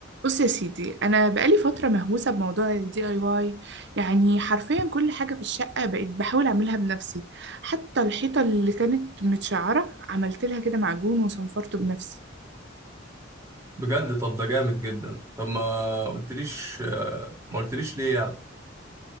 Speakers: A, on the right (about 60°); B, on the right (about 15°).
A: بص يا سيدي انا بقالي فتره مهووسه بموضوع الدي اي واي يعني حرفيا كل حاجه في الشقه بقيت بحاول اعملها بنفسي حتى الحيطه اللي كانت متشعره عملت لها كده معجون وصنفرته بنفسي
B: بجد طب ده جامد جدا طب ما قلتليش ما قلتليش ليه يعني